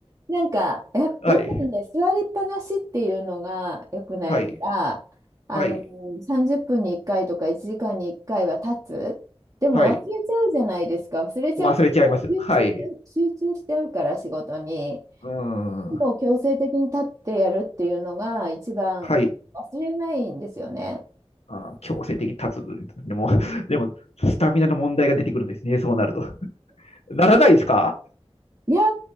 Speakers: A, on the right (about 35°); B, on the left (about 80°).
A: なんか、や、やっぱりね、
B: はい。
A: 座りっぱなしっていうのが良くないから、
B: はい。
A: あの、
B: はい。
A: 30分に1回とか1時間に1回は立つ。でも忘れちゃうじゃないですか。
B: はい。
A: 忘れちゃうっていうか、
B: 忘れちゃいます。
A: 集中、
B: はい。
A: 集中しちゃうから仕事に。
B: うん。
A: もう強制的に立ってやるっていうのが一番忘れないんですよね。
B: はい。あー、強制的に立つ。でも、<laughs> でも、スタミナの問題が出てくるんですね。そうなると。<laughs> ならないですか
A: いやー、